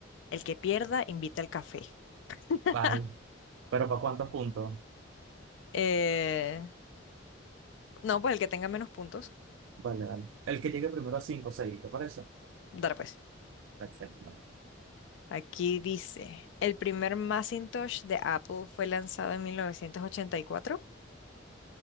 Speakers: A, on the left (about 70°); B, on the right (about 80°).
A: El que pierda, invita al café. <laughs>
B: vale, pero ¿para cuántos puntos?
A: Eh, no, pues el que tenga menos puntos.
B: Vale, vale. El que llegue primero a 5, 6, ¿te parece?
A: Dale, pues.
B: Perfecto.
A: Aquí dice, el primer Macintosh de Apple fue lanzado en 1984.